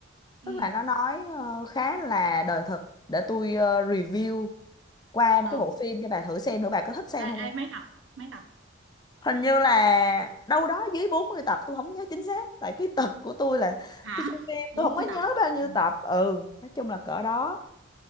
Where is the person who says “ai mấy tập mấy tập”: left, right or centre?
Right